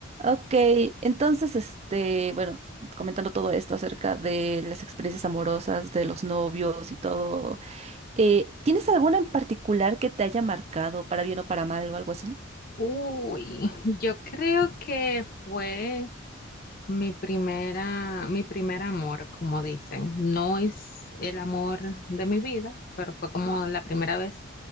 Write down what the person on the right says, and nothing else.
Ok, entonces, este, bueno, comentando todo esto acerca de las experiencias amorosas, de los novios y todo, eh, ¿tienes alguna en particular que te haya marcado para bien o para mal o algo así?